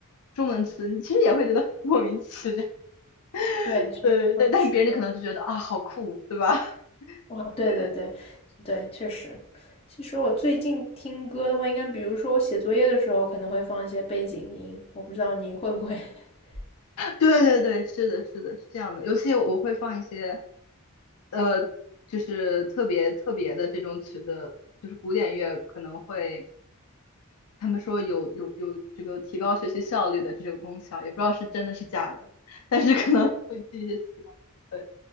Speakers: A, on the left; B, on the left.
A: 中文词，你其实也会觉得 <laughs> 莫名其妙。<laughs>
B: 对，就会是的。
A: 对对，但别人可能就觉得啊，好酷，对吧？<laughs>
B: 哇，对对对
A: 对
B: 对，确实。其实我最近听歌的话，应该比如说我写作业的时候，可能会放一些背景音，我不知道你会不会 <laughs>，
A: 对对对，是的，是的，是这样的。尤其我会放一些呃，就是特别特别的这种曲子，就是古典乐可能会。他们说有有有这个提高学习效率的这种功效，也不知道是真的是假的，但是可能会寄一些希望。
B: 对，
A: 对，